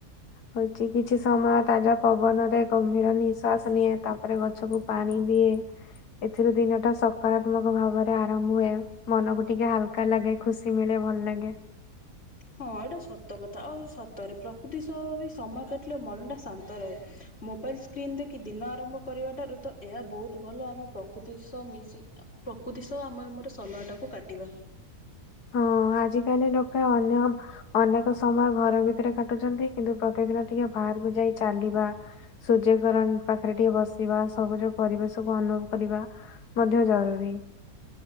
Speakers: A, on the left; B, on the left.
A: ହଉଛି କିଛି ସମୟ ତାଜା ପବନରେ ଗମ୍ଭୀର ନିଶ୍ୱାସ ନିଏ ତାପରେ ଗଛକୁ ପାଣି ଦିଏ ଏଥିରୁ ଦିନଟା ସକାରାତ୍ମକ ଭାବରେ ଆରମ୍ଭ ହୁଏ ମନକୁ ଟିକେ ହାଲ କା ଲାଗେ ଖୁସି ମିଳେ ଭଲ ଲାଗେ।
B: ହଁ ଏଇଟା ସତ କଥା ଆଉ ସତରେ ପ୍ରକୃତି ସହ ବି ସମୟ କାଟିଲେ ମନଟା ଶାନ୍ତ ରହେ ମୋବାଇଲସ୍ ସ୍କ୍ରିନ୍ ଦେଖି ଦିନ ଆରମ୍ଭ କରିବା ଠାରୁ ତ ଏହା ବହୁତ ଭଲ ଆମେ ପ୍ରକୃତି ସହ ମିଶି ପ୍ରକୃତି ସହ ଆମେ ଆମର ସମୟଟାକୁ କାଟିବା।
A: ହଁ ଆଜିକାଲି ଲୋକେ ଅନ୍ୟ ଅନେକ ସମୟ ଘର ଭିତରେ କାଟୁଛନ୍ତି କିନ୍ତୁ ପ୍ରତିଦିନ ଟିକେ ବାହାରକୁ ଯାଇ ଚାଲିବା ସୂର୍ଯ୍ୟକିରଣ ପାଖରେ ଟିକେ ବସିବା ସବୁଜ ପରିବେଶକୁ ଅନୁଭବ କରିବା ମଧ୍ୟ ଜରୁରୀ।